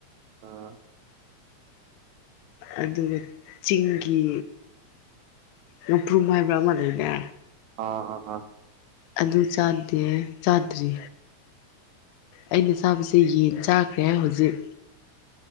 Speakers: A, on the right; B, on the left.
A: ꯑꯣ
B: ꯑꯗꯨꯒ ꯆꯤꯡꯒꯤ ꯃꯄ꯭ꯔꯨꯝ ꯍꯥꯏꯕ꯭ꯔꯥ ꯑꯃ ꯂꯩꯅꯦ
A: ꯑꯣ ꯑ ꯑ
B: ꯑꯗꯨ ꯆꯥꯗꯦ ꯆꯥꯗ꯭ꯔꯤ ꯑꯩꯅ ꯆꯥꯕꯁꯦ ꯌꯦꯟ ꯆꯥꯈ꯭ꯔꯦ ꯍꯧꯖꯤꯛ